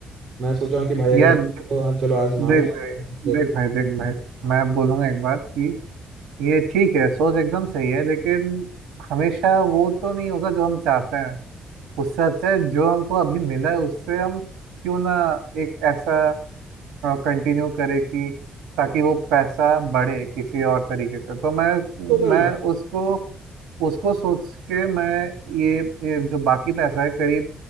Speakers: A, on the right; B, on the right.
A: मैं सोचा हूँ कि भाई अगर
B: यार
A: तो हाँ चलो आजमा
B: देख
A: भी लेते
B: भाई
A: हैं,
B: देख भाई देख भाई मैं बोलूंगा एक बात कि ये ठीक है सोच एकदम सही है लेकिन हमेशा वो तो नहीं होगा जो हम चाहते हैं उससे अच्छा है जो हमको अभी मिला है उससे हम क्यों ना एक ऐसा कंटिन्यू करें कि ताकि वो पैसा बढ़े किसी और तरीके से तो मैं
A: तो करूंगा
B: मैं उसको उसको सोच के मैं ये, ये जो बाकी पैसा है करीब